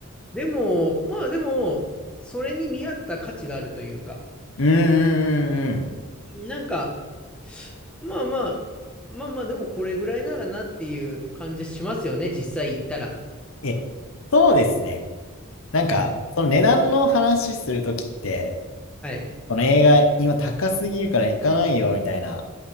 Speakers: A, in the centre; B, on the left.
A: でも、まあでも、それに見合った価値があるというか、
B: うんうんうんうん。
A: なんか、まあまあ、まあまあ、でもこれぐらいならなっていう感じしますよね、実際行ったら。
B: え、そうですね。なんか、
A: うん。
B: その値段の話するときって、
A: はい。
B: この映画今高すぎるから行かないよみたいな。